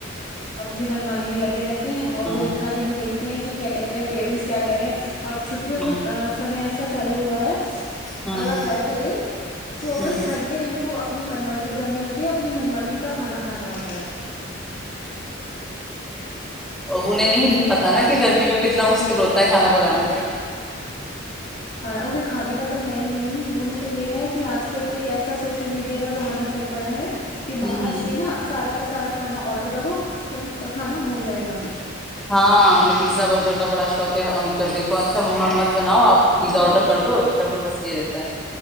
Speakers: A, on the left; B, in the centre.
A: اپنی منمانی میں لگے رہتے ہیں اور
B: ہوں
A: وہ اتنا بھی نہیں دیکھتے ہیں کہ کیا کہتے ہیں پییرنٹس کیا کہہ رہے ہیں اور چھٹیوں
B: ہوں
A: کا سمے ایسا چالو ہوا ہے
B: ہوں
A: اللہ خیر کرے چوبیس
B: ہوں
A: گھنٹے ان کو اپنی من مرضی کرنی ہوتی ہے اپنی من مرضی کا کھانا کھانا ہوتا ہے
B: اگ نے نہیں پتا
A: ہاں
B: نا کہ گرمی میں کتنا مشکل ہوتا ہے کھا بول نا
A: کھانا انہیں کھانے کا تو ہے ہی نہیں انہیں تو یہ ہے کہ آج کل چل تو یہ ایسا سوشل میڈیا کا زمانہ چل پڑا ہے کہ باہر
B: ہوں
A: سے نا سارا کا سارا کھانا آڈر کرو توون کا کھانا ہو جائے گا
B: ہاں پیزا بر کا بڑا شوق ہے اور جب دیکو اچھا م مت بناؤ آپ پیزا آرڈر کر دو یہ کر دو بس ایرت